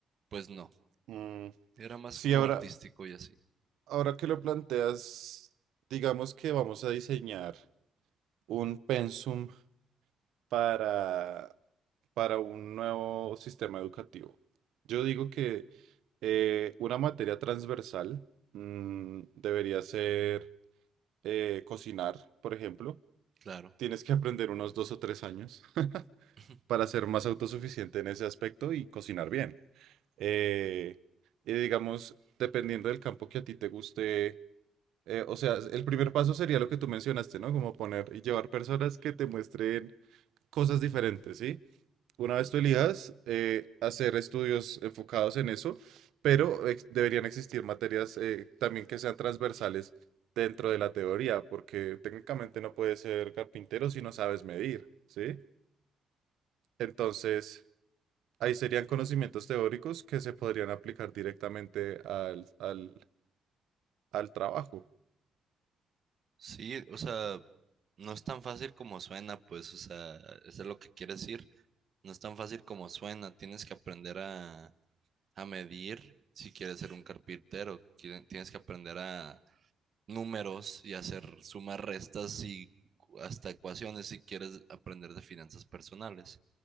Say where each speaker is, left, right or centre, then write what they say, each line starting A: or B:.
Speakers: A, on the right (about 50°); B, on the right (about 80°).
A: Pues no,
B: Mm,
A: era más
B: Sí,
A: como
B: ahora,
A: artístico y así,
B: ahora que lo planteas, digamos que vamos a diseñar un pensum para para un nuevo sistema educativo. Yo digo que eh, una materia transversal mm, debería ser eh, cocinar, por ejemplo.
A: claro.
B: Tienes que aprender unos dos o tres años <laughs>
A: <laughs>
B: para ser más autosuficiente en ese aspecto y cocinar bien. Eh, y digamos, dependiendo del campo que a ti te guste, eh, o sea, el primer paso sería lo que tú mencionaste, ¿no? Como poner y llevar personas que te muestren cosas diferentes, ¿sí? Una
A: Ujú.
B: vez tú elijas eh, hacer estudios enfocados en eso, pero ex- deberían existir materias eh, también que sean transversales dentro de la teoría, porque técnicamente no puedes ser carpintero si no sabes medir, ¿sí? Entonces, ahí serían conocimientos teóricos que se podrían aplicar directamente al, al, al trabajo.
A: Sí, o sea, no es tan fácil como suena, pues, o sea, eso es lo que quieres decir. No es tan fácil como suena, tienes que aprender a a medir si quieres ser un carpintero. Quieren- Tienes que aprender a números y hacer sumas, restas y hasta ecuaciones si quieres aprender de finanzas personales.